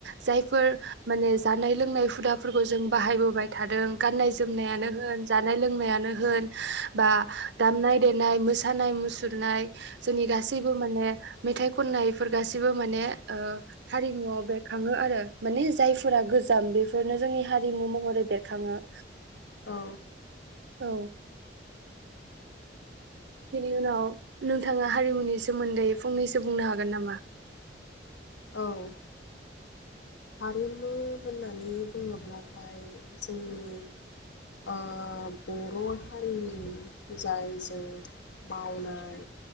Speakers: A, on the right (about 70°); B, on the left (about 80°).
A: जायफोर माने जानाय लोंनाय हुदाफोरखौ जों बाहायबोबाय थादों, गाननाय जोमनायानो होन जानाय लोंनाय आनो होन, बा दामनाय दे नाय, मोसानाय मुसुरनाय जोंनि गासैबो मेथाइ खननायफोर गासिबो माने ओ हारिमुवाव बेरखाङो आरो माने जायफोरा गोजाम बेफोरनो जोंनि हारिमु महरै बेरखाङो।
B: औ।
A: औ। बिनि उनाव नोंथाङा हारिमुनि सोमोन्दै फंनैसो बुंनो हागोन नामा?
B: औ हारिमु होननानै बुङोब्लाथाय जोंनि ओ बर हारिनि जायजों मावनाय